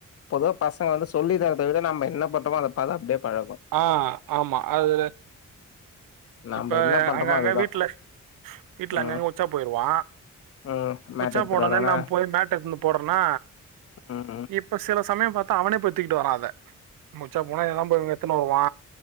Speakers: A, on the left (about 45°); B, on the right (about 80°).
A: பொதுவா பசங்க வந்து சொல்லி தரத விட நம்ம என்ன பண்றமோ அதை பாத்து அப்டியே பழகும்
B: ஆ, ஆமா அது
A: நாம
B: இப்ப
A: என்ன பண்றோமோ
B: அங்கங்க
A: அதுதா
B: வீட்ல வீட்டுல
A: ம்
B: அங்கங்க உச்சா போயிருவா
A: ம் மேட்
B: உச்சா
A: எடுத்துட்டு
B: போ னோனே
A: வரானா
B: நாம போய் மேட் எடுத்துவந்து போட்றனா
A: ம் ம்
B: இப் ப்ப சில சமயம் பாத்தா அவனே போய் தூக்கிட்டு வரா அத நம்ம உச்சா போனா இததா போய் இவ எத்துனு வருவா